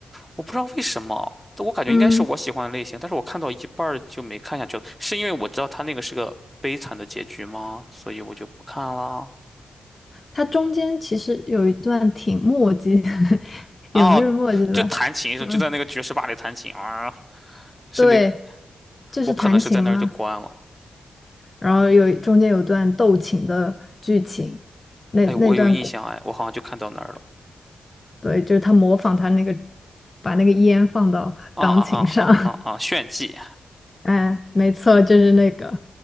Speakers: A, in the centre; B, on the left.
A: 我不知道为什么，我感觉应该是我喜欢的类型，
B: 嗯，
A: 但是我看到一半儿就没看下去了，是因为我知道他那个是个悲惨的结局吗？所以我就不看了。
B: 它中间其实有一段挺墨迹的，<laughs>
A: 哦，
B: 也不是墨迹吧，
A: 就弹琴的时候，
B: 嗯，
A: 就在那个爵士吧里弹琴啊，是那，
B: 对，就是弹琴嘛，
A: 我可能是在那儿就关了。
B: 然后有中间有段斗琴的剧情。那那段
A: 哎，我有印象，哎，我好像就看到那儿了。
B: 对，就是他模仿他那个，把那个烟放到钢琴上，
A: 啊啊啊啊啊啊！炫技
B: <laughs> 哎，没错，就是那个，